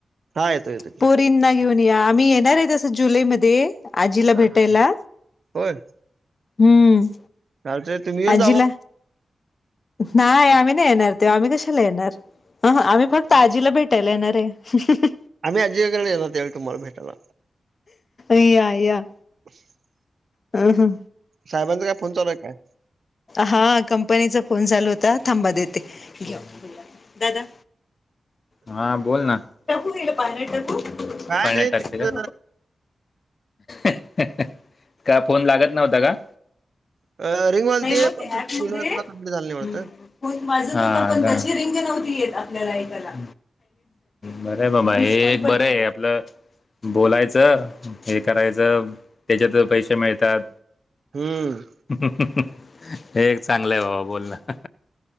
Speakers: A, on the right (about 70°); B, on the left (about 55°).
A: हां, येतो, येतो की.
B: पोरींना घेऊन या आम्ही येणार आहे तसं जुलैमध्ये. आजीला
A: हा
B: भेटायला
A: हा ह, होय.
B: हम्म.
A: चालत तुम्ही येऊन
B: आजीला
A: जावा.
B: नाही आम्ही नाही येणार ते आम्ही कशाला येणार. अ ह आम्ही फक्त आजीला भेटायला येणार आहे.
A: आम्ही आजीच्या घराकडे येणार त्यावेळी तुम्हाला भेटायला.
B: या या.
A: - <inaudible>
B: अ ह
A: साहेबांचा काय फोन चालू हाय काय.
B: हा कंपनीचा फोन चालू होता थांबा देते घ्याव ओ. दादा. हा बोल ना पाळण्यात
A: काय नाही
B: टाकते
A: तेच
B: का. का फोन लागत नव्हता का.
A: अ रिंग वाजली
B: नही हो
A: पण
B: ते
A: तुझं
B: ऍप मध्ये.
A: तुला कंप्लीट झालं नाही वाटतं.
B: ह पण माझ आपची रिंग नव्हती येत आपल्याला ऐकायला. बर आहे बाबा हे एक बरंये आपलं. बोलायचं हे करायचं त्याच्यात पैसे मिळतात.
A: हम्म.
B: हे एक चांगलंय बाबा बोलणं.